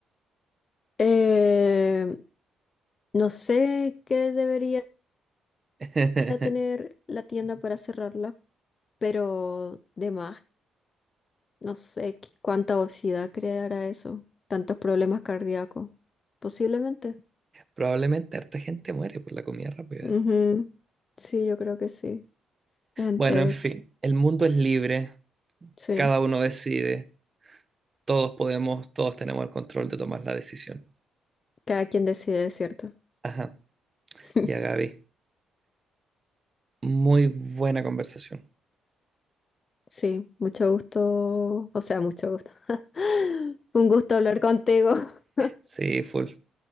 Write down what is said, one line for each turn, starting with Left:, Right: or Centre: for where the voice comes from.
Left: Eh, no sé qué debería
Right: <laughs>
Left: tener la tienda para cerrarla, pero de más, no sé qué- cuánta obesidad creará eso. Tantos problemas cardíacos. Posiblemente.
Right: Probablemente harta gente muere por la comida rápida.
Left: Ujú. Sí, yo creo que sí. La gente,
Right: Bueno, en fin, el mundo es libre,
Left: sí.
Right: cada uno decide, todos podemos, todos tenemos el control de tomar la decisión.
Left: Cada quien decide, es ¿cierto?
Right: Ajá,
Left: <laughs>
Right: ya Gaby, muy buena conversación.
Left: Sí, mucho gusto, o sea, mucho gusto. <laughs> Fue un gusto hablar contigo. <laughs>
Right: Sí, full.